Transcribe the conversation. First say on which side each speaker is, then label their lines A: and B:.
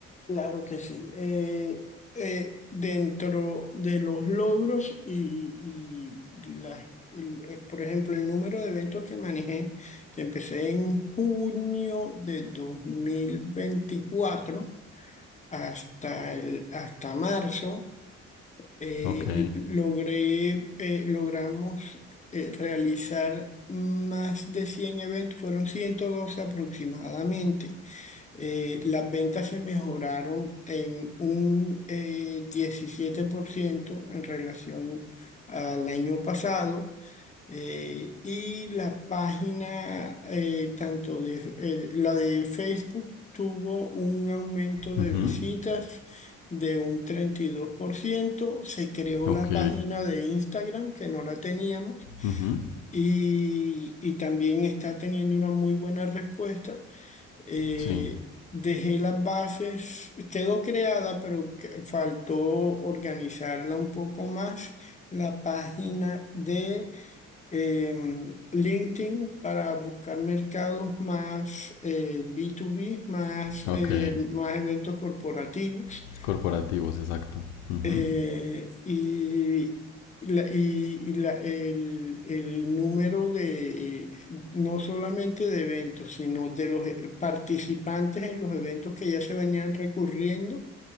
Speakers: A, on the left (about 20°); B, on the left (about 70°).
A: Claro que sí. Eh, eh, dentro de los logros y, y las, el- eh, por ejemplo, el número de eventos que manejé, que empecé en junio de 2024 hasta, el, hasta marzo, eh,
B: Ok,
A: l- logré, eh, logramos eh, realizar más de 100 eventos, fueron 112 aproximadamente eh, las ventas se mejoraron en un eh, 17% en relación al año pasado eh, y la página, eh, tanto de, eh, la de Facebook tuvo un aumento de
B: ujú,
A: visitas de un treinta y dos por ciento se creó
B: ok,
A: la página de Instagram que no la teníamos
B: ujú,
A: y, y también está teniendo una muy buena respuesta. Eh,
B: sí,
A: dejé las bases, quedó creada, pero que- faltó organizarla un poco más, la página de em, LinkedIn para buscar mercados más eh, B2B, más,
B: ok,
A: eh, más eventos corporativos.
B: los corporativos, exacto. ujú.
A: Eh, y la, y- y la- el, el número de, eh, no solamente de eventos, sino de los eh, participantes en los eventos que ya se venían recurriendo,